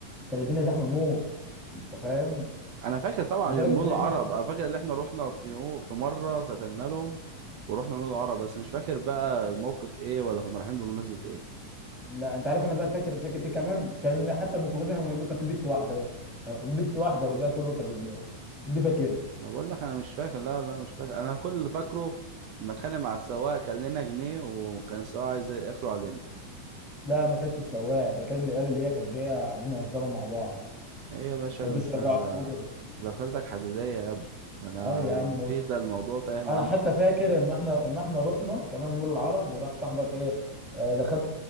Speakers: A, in the centre; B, on the right.
A: كانت الدنيا زحمه موت انت فاهم
B: انا فاكر طبعا
A: لدرجه
B: مول
A: ان احنا
B: العرب
A: ف...
B: انا فاكر ان احنا رحنا في يو- في مره سافرنا لهم ورحنا مول العرب بس مش فاكر بقى الموقف ايه ولا كنا رايحين بمناسبه ايه
A: لا انت عارف انا بقى فاكر فاكر ايه كمان كان حتى الميكروباص اللي احنا كنا بنركبه كان فيه بت واحده بس بت واحده والباقي كله كان رجاله مش دي فاكر
B: انا بقول لك انا مش فاكر لا لا مش فاكر انا كل اللي فاكره لما اتخانق مع السواق كان لنا جنيه وكان السواق عايز ياكله علينا
A: لا ما كانش السواق ده كان العيال اللي هي كانت جايه قاعدين يهزروا مع بعض
B: ايه يا باشا
A: ما رضوش
B: ده انت
A: يرجعوا الاجر
B: ذاكرتك حديديه يا ابني ده انا
A: اه يا عم
B: مفيش ده الموضوع تايه من
A: انا
B: عندك
A: حتى
B: خالص
A: فاكر اما احنا اما احنا رحنا كمان مول العرب وراح صاحبك ايه آه، دخلنا